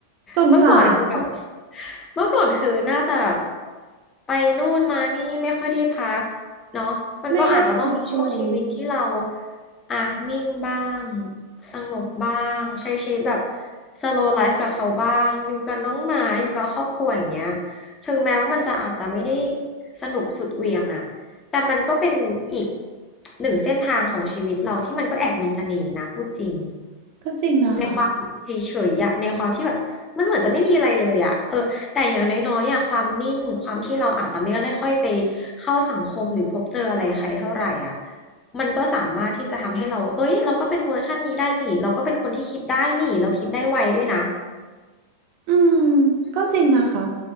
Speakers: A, on the right; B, on the left.
A: สงสาร
B: เมื่อก่อนคือแบบเมื่อก่อนคือน่าจะแบบไปนู่นมานี่ไม่ค่อยได้พักเนาะมันก็อาจจะต้องมีช่วงชีวิตที่เรา
A: ไม่ได้รักเลย
B: อ่ะนิ่งบ้างสงบบ้างใช้ชีวิตแบบ slow life กับเขาบ้างอยู่กับน้องหมาอยู่กับครอบครัวอย่างเงี้ยถึงแม้ว่ามันจะอาจจะไม่ได้สนุกสุดเหวี่ยงอะแต่มันก็เป็นอีกหนึ่งเส้นทางของชีวิตเราที่มันก็แอบมีเสน่ห์นะพูดจริง
A: ก็จริงนะคะ
B: ในความเฉยๆอะในความที่แบบมันเหมือนจะไม่มีอะไรเลยอะเออแต่อย่างน้อยๆอะความนิ่งความที่เราอาจจะไม่ได้ค่อยไปเข้าสังคมหรือพบเจออะไรใครเท่าไหร่อะมันก็สามารถที่จะทำให้เราเอ้ยเราก็เป็นเวอร์ชันนี้ได้นี่เราก็เป็นคนที่คิดได้นี่เราคิดได้ไวด้วยนะ
A: อืมก็จริงนะคะ
B: อืม